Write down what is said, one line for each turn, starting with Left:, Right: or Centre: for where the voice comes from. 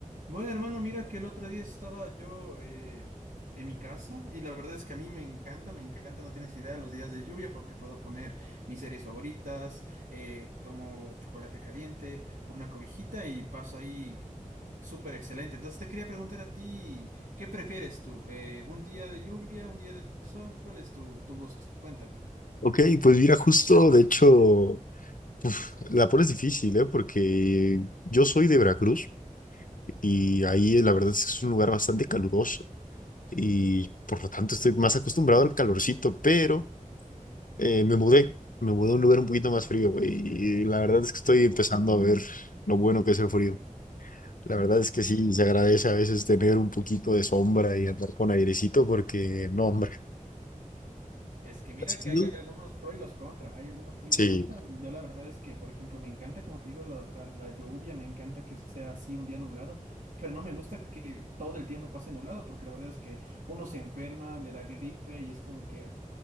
Right: Bueno, hermano, mira que el otro día estaba yo eh, en mi casa y la verdad es que a mí me encanta, me encanta, no tienes idea, los días de lluvia porque puedo poner mis series favoritas, eh, tomo chocolate caliente, una cobijita y paso ahí súper excelente. Entonces te quería preguntar a ti, ¿qué prefieres tú? Eh, ¿un día de lluvia, un día de sol? ¿Cuál es tu, tu gusto? Cuéntame.
Left: Ok, pues mira, justo, de hecho, la pones difícil, ¿eh? Porque yo soy de Veracruz y ahí eh, la verdad es que es un lugar bastante caluroso y por lo tanto estoy más acostumbrado al calorcito, pero eh, me mudé, me mudé a un lugar un poquito más frío y, la verdad es que estoy empezando
Right: Oh,
Left: a ver lo bueno que es el frío. La verdad
Right: sí,
Left: es que sí,
Right: la verdad.
Left: se agradece a veces tener un poquito de sombra y andar con airecito porque, no, hombre,
Right: Es que mira
Left: así,
Right: que hay algunos pro y los contra, hay algunos pro y
Left: sí.
Right: contra, y yo la verdad es que, por ejemplo, me encanta, como te digo, lo- la, la lluvia, me encanta que sea así un día nublado, pero no me gusta que todo el tiempo pase nublado, porque la verdad es que uno se enferma, le da gripe y es como que